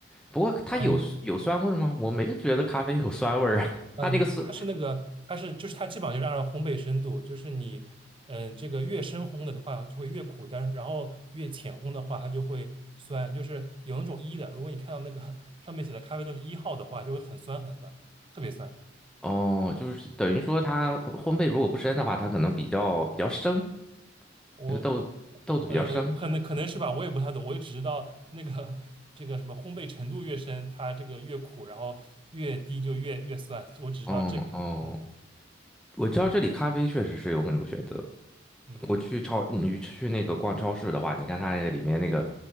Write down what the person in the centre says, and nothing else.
不过它有有酸味儿吗？
我没觉得咖啡有酸味儿啊。<laughs>
它那个酸，
哦，就是等于说它烘烘焙如果不深的话，它可能比较比较生，
那个豆豆子比较生。
嗯哦，
我知道这里咖啡确实是有很多选择。
我去超，你去去那个逛超市的话，你看它那个里面那个